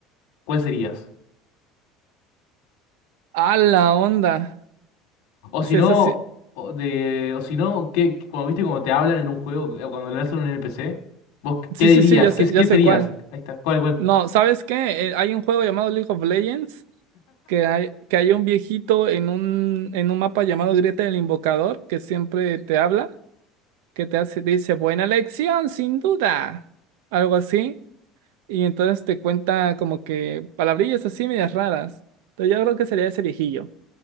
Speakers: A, on the left; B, on the right.
A: ¿cuál serías?
B: A la onda.
A: O
B: Es
A: si no,
B: esa sí.
A: o de, o si no, ¿qué, cuando viste cuando te hablan en un juego, o cuando le hacen un NPC, vos
B: Sí,
A: qué dirías?
B: sí, sí, ya sé,
A: ¿Qué, qué
B: ya
A: serías?
B: sé cuál.
A: Ahí está, ¿cuál, cuál?
B: No, ¿sabes qué? Eh, Hay un juego llamado League of Legends que hay, que hay un viejito en un, en un mapa llamado Grieta del Invocador que siempre te habla, que te hace, dice, buena elección, sin duda. Algo así. Y entonces te cuenta como que palabrillas así medias raras. Entonces yo creo que sería ese viejillo.